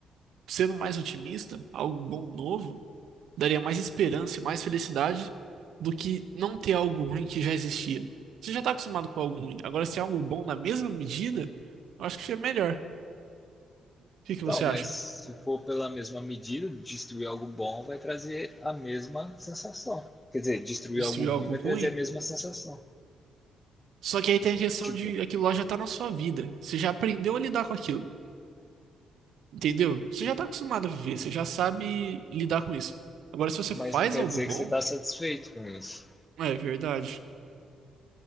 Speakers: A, on the right; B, on the left.
A: Sendo mais otimista, algo bom novo, daria mais esperança e mais felicidade do que não ter algo ruim que já existia. Você já está acostumado com algo ruim. Agora, se é algo bom na mesma medida, eu acho que é melhor. O que que
B: Então,
A: você acha?
B: mas se for pela mesma medida, destruir algo bom vai trazer a mesma sensação. Quer dizer, destruir
A: Destruir
B: algo ruim
A: algo
B: vai
A: ruim?
B: trazer a mesma sensação.
A: Só que aí tem a questão
B: Tipo,
A: de aquilo lá já está na sua vida. Você já aprendeu a lidar com aquilo. Entendeu? Você já está acostumado a viver, você já sabe lidar com isso. Agora, se você
B: mas
A: faz
B: não quer
A: algo
B: dizer
A: bom.
B: que você está satisfeito com isso.
A: É verdade.